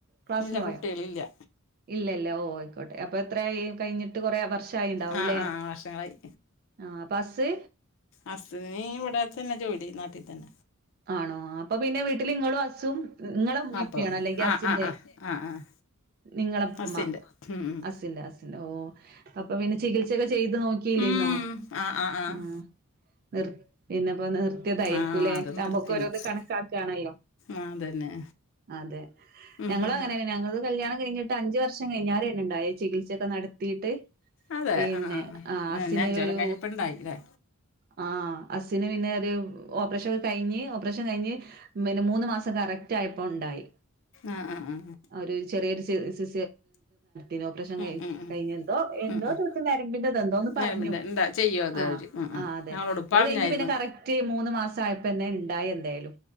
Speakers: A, on the right; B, on the left.
A: ക്ലാസ്സിന്
B: ഇല്ല
A: പോയോ
B: കുട്ടികളില്ല
A: ഇല്ല ഇല്ല ഓ അപ്പൊ എത്രയായി കഴിഞ്ഞിട്ട് കൊറെ വർഷായിട്ടുണ്ടാവൂല്ലേ
B: ആഹ് ആഹ് വർഷങ്ങളായി
A: ആ പ്പോ ഹസ്
B: അസ്സിനി ഇവിട തന്നെ ജോലി നാട്ടിൽ തന്നെ
A: ആണോ അപ്പൊ പിന്നെ വീട്ടില് നിങ്ങളും അസ്സും നിങ്ങളെമ്മപ്പ്യണോ
B: അപ്പം
A: അല്ലെങ്കിൽ
B: ആഹ്
A: അസിന്റെ
B: ആഹ് ആഹ് ആഹ് ആഹ്
A: നിങ്ങളുമ്മ
B: ഹസ്സിൻ്റെ ഉം ഉം
A: അസിന്റെ അസിന്റെ ഓ അപ്പ പിന്നെ ചികി ചികിത്സയൊക്കെ ചെയ്ത് നോക്കില്ലേനോ
B: ഉം ആഹ് ആഹ് ആഹ്
A: ആ നിർ പിന്നെപ്പോ നിർത്തിയതായിരിക്കും
B: ആഹ് അത്
A: നമ്മുക്ക്
B: നിർത്തി
A: ഓരോത്
B: നിർത്തി
A: കണക്കാക്കയാണല്ലോ
B: ആഹ് അതന്നെ
A: അതെ
B: ഉം
A: ഞങ്ങള
B: ഉം
A: അങ്ങനെന്ന ഞങ്ങള്ത് കല്യാണം കഴിഞ്ഞിട്ട് അഞ്ച് വർഷം കഴിഞ്ഞാല തന്നെണ്ടായേ ചികിത്സയൊക്കെ ത്തീട്ട്
B: അതെ
A: പിന്നെ
B: ആഹ് ആഹ്
A: ആ
B: ആഹ്
A: അസിന്
B: ഞാൻ അഞ്ച് കൊല്ലം
A: ഒരു
B: കഴിഞ്ഞപ്പോ ഇണ്ടായി ല്ലേ
A: ആ അസ്സിന് പിന്നെ ഒരു ഓപ്പറേഷൻ ഒക്കെ കഴിഞ്ഞ് ഓപ്പറേഷൻ കഴിഞ്ഞ് പിന്നെ മൂന്ന് മാസം കറക്റ്റായപ്പോ ഉണ്ടായി
B: ആ ആ ആ ആ
A: ഒരു ചെറിയൊരു സി ഇത് ഓപ്പറേഷൻ
B: ഉം
A: ക
B: ഉം ഉം
A: കഴിഞ്ഞ എന്തോ എന്തോ
B: ഉം ഉം
A: ചോയ്ച്ച് നരമ്പിന്റെത് എന്തോന്ന്
B: ഞാൻ
A: പറഞ്ഞു
B: പിന്നെ എന്താ ചെയ്യും അത്
A: ആ
B: അവര് ഉം ഉം
A: ആ അതെ
B: ഞങ്ങളോട്
A: അപ്പൊ
B: പറഞ്ഞായിരുന്നു
A: അത് കഴിഞ്ഞ് പിന്നെ കറക്റ്റ് മൂന്ന് മാസം ട്ടായപ്പന്നെ ഇണ്ടായി എന്തായാലും